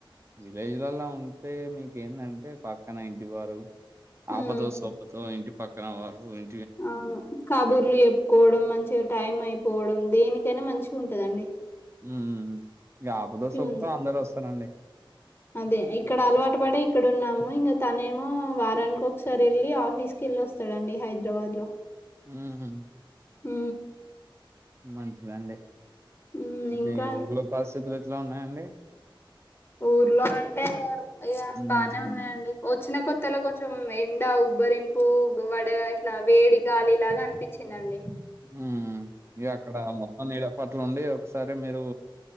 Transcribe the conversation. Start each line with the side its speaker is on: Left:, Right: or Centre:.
Right: విలేజ్లల ఉంటే మీకేందంటే పక్కన ఇంటి వారు
Left: ఉమ్
Right: ఆపతో సోపతో ఇంటి పక్కన వారు ఇం
Left: అవును కాబూర్లు చెప్పుకోవడం మంచిగా టైం అయిపోవడం దేనికైనా మంచి ఉం ట్టదండి
Right: ఊ ఊ ఊ ఇగ ఆపతో సోపతో
Left: ఉంది
Right: అందరు వస్తారండీ
Left: అదే ఇక్కడ అలవాటు పడే ఇక్కడ ఉన్నాము ఇంకా తనేమో వారానికి ఒకసారి వెళ్ళి ఆఫీస్ కి వెళ్ళి వస్తాడండి హైదరాబాద్ లో
Right: ఊహు
Left: ఊ
Right: మంచిదండి
Left: ఉమ్
Right: ఇపుడు
Left: ఇంకా
Right: ఈ ఊర్ల పరిస్థితులు ఎట్లా ఉన్నాయండి
Left: ఊర్లో అంటే ఇగ
Right: ఉమ్
Left: బానే ఉన్నాయండి వచ్చిన కొత్తలో కొంచెం ఎండ ఉబ్బరింపు వడ ఇట్లా వేడి గాలిలాగా అనిపించింది తినండి
Right: ఊ ఇగ అక్కడ మొత్తం నీడపట్ల ఉండి ఒకసారి మీరు